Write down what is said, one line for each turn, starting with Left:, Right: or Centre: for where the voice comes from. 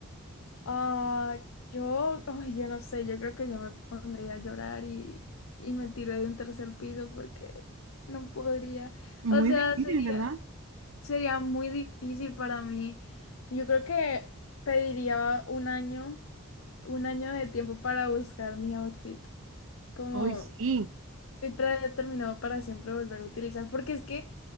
Left: Ah, yo, ay, yo no sé, yo creo que yo me pondría a llorar y, y me tiro de un tercer piso porque no podría.
Right: Muy
Left: O sea,
Right: difícil,
Left: se-
Right: ¿verdad?
Left: sería muy difícil para mí. Yo creo que pediría un año un año de tiempo para buscar mi outfit, como
Right: Hoy sí,
Left: outfit predeterminado para siempre volver a utilizar, porque es que,